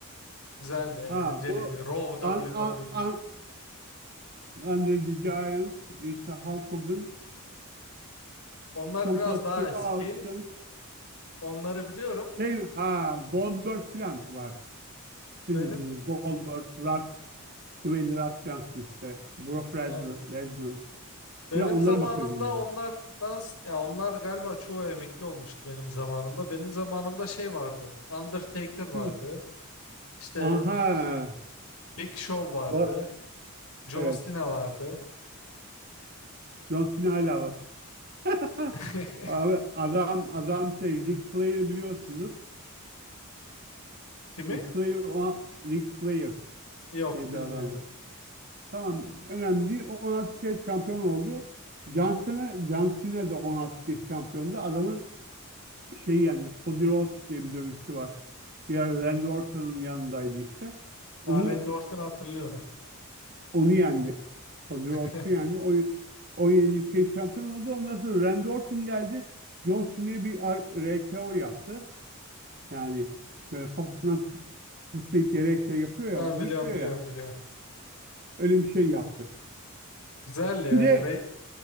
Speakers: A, on the left (about 75°); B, on the right (about 45°).
A: Güzeldi, eğlenceliydi.
B: Ha, bu
A: Raw
B: An-
A: W
B: An-
A: W
B: An-
A: E
B: Andre the Giant, işte Hulk Hogan,
A: Onlar
B: Stone
A: biraz
B: Cold
A: daha
B: Steve
A: eski.
B: Austin,
A: Onları biliyorum.
B: şey, ha Goldberg falan var. Sizin
A: Benim
B: yüzünüz. Goldberg, Rock, Dwayne The Rock Johnson işte, Brock Lesnar,
A: e,
B: Lesnar
A: benim
B: falan onlara
A: zamanımda
B: bakıyordun yani.
A: onlardan s- ya onlar galiba çoğu emekli olmuştu benim zamanımda. Benim zamanımda şey vardı. Undertaker vardı.
B: Kim?
A: İşte
B: Aha,
A: Big Show vardı.
B: var.
A: John
B: Evet,
A: Cena vardı.
B: John Cena hala var. <laughs>
A: <laughs>
B: Abi adam adam şey Ric Flair biliyorsunuz.
A: Kimi?
B: Ric Flair o Ric Flair
A: Yok
B: diye
A: bilmiyorum.
B: bir adam var. Tamam önemli değil. O 16 kez şampiyon oldu. Johnson'a John Cena de 16 kez şampiyondu. Adamı şey yendi. Cody Rhodes diye bir dövüşçü var. Bir ara Randy Orton'un yanındaydı işte. Onu
A: Aa, Randy Orton'u hatırlıyorum.
B: onu yendi. Cody Rhodes'u
A: <laughs>
B: yendi. O 17 kez şampiyon oldu. Ondan sonra Randy Orton geldi. John Cena'ya bir R- RKO yaptı. Yani böyle kafasından tut- zıplayıp yere şey yapıyor ya,
A: Ha,
B: vuruyor
A: biliyorum biliyorum
B: ya.
A: biliyorum.
B: Öyle bir şey yaptı.
A: Ha, Güzel ya.
B: Bir de
A: Rey,